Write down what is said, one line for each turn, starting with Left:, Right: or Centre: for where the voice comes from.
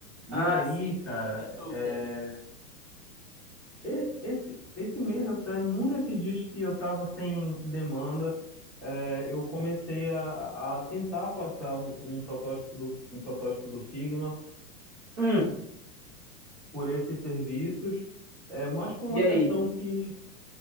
Centre: E
Right: Ah,
Centre: aí,
Right: sim.
Centre: cara,
Right: Que já estão
Centre: é,
Right: tendo.
Centre: e- esse, esse mês até, num desses dias que eu estava sem demanda, é, eu comecei a, a tentar passar um, um protótipo do, um protótipo do Figma
Right: Hum.
Centre: por esses serviços, é, mas por
Right: E
Centre: uma
Right: aí?
Centre: questão que